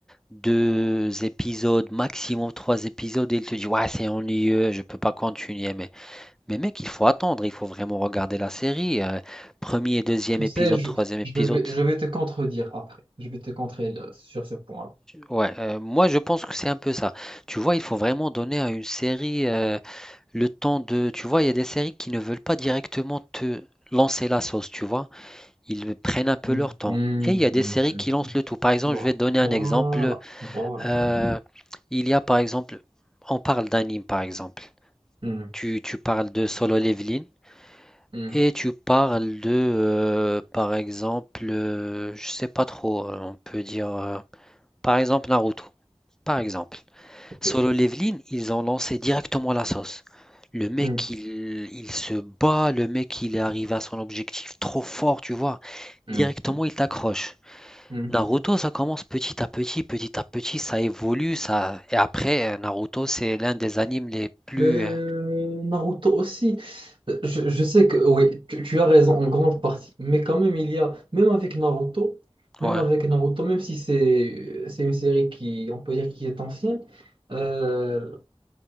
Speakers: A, in the centre; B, on the right.
A: 2 épisodes, maximum trois épisodes, et il te dit, ouais, c'est ennuyeux, je peux pas continuer. Mais, mais mec, il faut attendre, il faut vraiment regarder la série. euh, premier, deuxième
B: Tu
A: épisode,
B: sais, je,
A: troisième épisode.
B: je vais, je vais te contredire après. Je vais te contredire sur ce point-là.
A: Ouais, euh, moi, je pense que c'est un peu ça. Tu vois, il faut vraiment donner à une série euh, le temps de. Tu vois, il y a des séries qui ne veulent pas directement te lancer la sauce, tu vois. Ils prennent un peu
B: Mm,
A: leur temps.
B: mm,
A: Et il y a
B: mm,
A: des séries
B: mm.
A: qui lancent le tout. Par exemple,
B: Voilà.
A: je vais te donner un
B: Voilà.
A: exemple.
B: Voilà.
A: Euh, il y a par exemple, on parle d'anime par exemple.
B: Mm,
A: Tu, tu parles de Solo Leveling
B: mm.
A: et tu parles de, euh, par exemple, euh, je sais pas trop, euh, on peut dire, euh, par exemple Naruto. Par exemple,
B: Ok.
A: Solo Leveling, ils ont lancé directement la sauce. Le mec,
B: Mm,
A: il, il se bat, le mec, il est arrivé à son objectif trop fort, tu vois.
B: mm,
A: Directement,
B: mm,
A: il t'accroche.
B: mm.
A: Naruto, ça commence petit à petit, petit à petit, ça évolue, ça. Et après, euh, Naruto, c'est l'un des animes les plus.
B: Euh,
A: euh,
B: Naruto aussi. Euh, Je, je sais que oui, tu, tu as raison en grande partie, mais quand même il y a, même avec Naruto, même
A: Ouais,
B: avec Naruto, même si c'est c'est une série qui, on peut dire, qui est ancienne, euh,